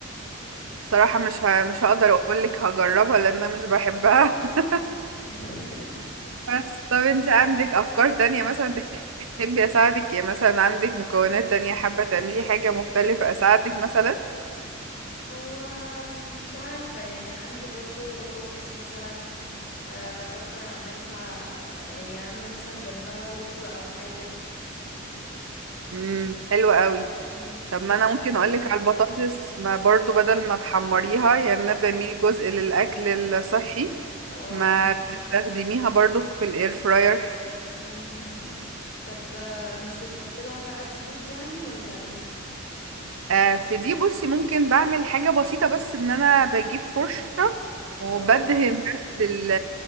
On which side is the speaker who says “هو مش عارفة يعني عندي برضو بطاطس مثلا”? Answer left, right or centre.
Left